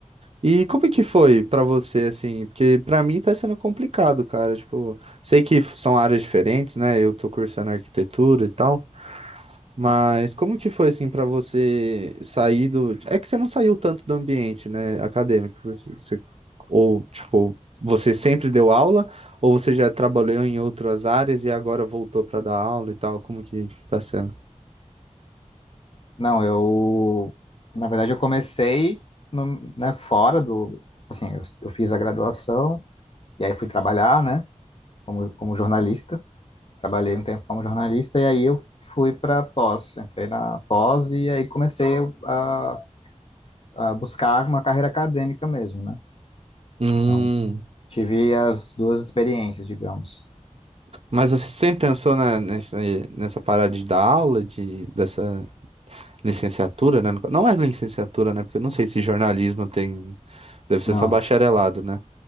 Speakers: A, on the right; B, on the left.
A: E como é que foi pra você, assim? Porque pra mim tá sendo complicado, cara, tipo... Sei que f- são áreas diferentes, né? Eu tô cursando arquitetura e tal, mas como que foi, assim, pra você sair do... É que você não saiu tanto do ambiente, né, acadêmico, você... você- Ou, tipo, você sempre deu aula, ou você já trabalhou em outras áreas e agora voltou pra dar aula e tal, como que tá sendo?
B: Não, eu, na verdade, eu comecei no, né, fora do, assim, eu, eu fiz a graduação e aí fui trabalhar, né? como, como jornalista. Trabalhei um tempo como jornalista e aí eu fui para pós, entrei na pós e aí comecei a, a buscar uma carreira acadêmica mesmo, né?
A: Hum,
B: Então, tive as duas experiências, digamos.
A: mas você sempre pensou na- nessa, nessa parada de dar aula, de, dessa licenciatura, né? Não é licenciatura, né? Porque eu não sei se jornalismo tem. Deve ser
B: Não,
A: só bacharelado, né?